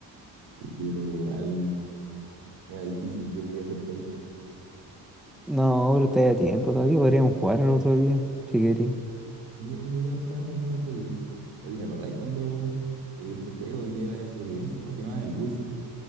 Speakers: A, on the right; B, in the centre.
A: Sí, pero igual era difícil, yo quería ser faker.
B: No, pero está a tiempo todavía. Podríamos jugar el otro día, si queréis.
A: Sí, ahí podríamos jugar algún otro día. Oye, ¿te acordáis cuando eh, este juego que era de supervivencia, cómo se llamaba? El Rust.